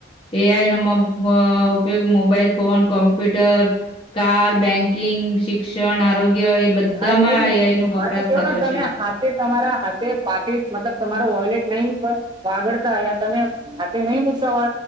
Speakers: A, on the left (about 30°); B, on the right (about 25°).
A: એઆઈ ન ઉપયોગ mobile phone, computer, car, banking, શિક્ષણ, આરોગ્ય બધામાં
B: હા એ છે મને
A: એઆઈ નો વપરાશ
B: કેવો
A: થતો
B: ને તમે
A: છે
B: હાથે તમારા હાથે પાકીટ મતલબ તમારો વોયલેટ નહી વાગડતા તમે હાથે નહી મુકતા હો